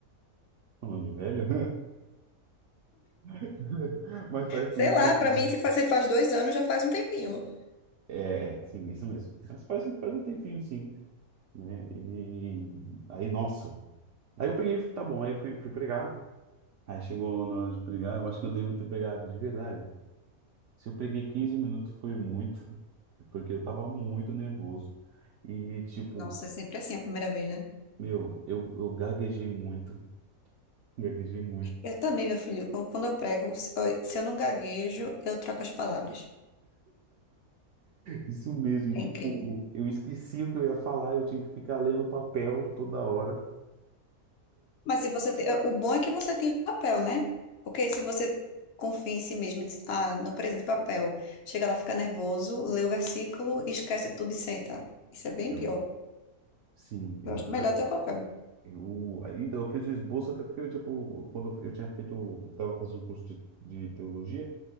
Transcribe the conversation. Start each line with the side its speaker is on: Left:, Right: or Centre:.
Right: Chamando de velho? <laughs> Mas faz
Left: Sei
Right: tempo.
Left: lá,
Right: tempinho.
Left: pra mim, se faz, se faz dois anos, já faz um tempinho.
Right: É, é, sim, isso mesmo. Mas faz, faz um tempinho, sim, né? E aí, nossa. Aí eu peguei, tá bom, aí eu fui, fui pregar. Aí chegou na hora de pregar, eu acho que eu devo ter pregado de verdade. Se eu preguei 15 minutos, foi muito, porque eu tava muito nervoso. E, tipo,
Left: Nossa, é sempre assim a primeira vez, né?
Right: meu, eu, eu gaguejei muito, <laughs> gaguejei muito.
Left: Eu também, meu filho, quando quando eu prego, se eu se eu não gaguejo, eu troco as palavras.
Right: Isso mesmo, e tipo,
Left: É incrível.
Right: eu esqueci o que eu ia falar, eu tinha que ficar lendo o papel toda hora.
Left: Mas se você te- o bom é que você tem papel, né? Porque se você confia em si mesmo, e diz, ah, não preciso de papel, chega lá, fica nervoso, lê o versículo, esquece tudo e senta. Isso é bem
Right: Entendeu?
Left: pior.
Right: Sim, exatamente.
Left: Eu acho melhor ter o papel.
Right: Eu, aí, então, eu fiz o esboço até porque eu, tipo, quando eu tinha feito, eu tava fazendo um curso de, de teologia,